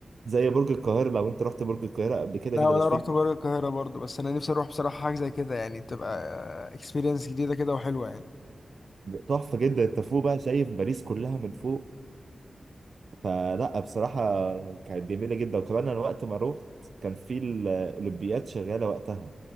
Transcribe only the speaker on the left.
لا
ولا
رحت
بره القاهره برضه بس انا نفسي اروح بصراحه حاجه زي كده يعني تبقى اكسبيرينس جديده كده وحلوه يعني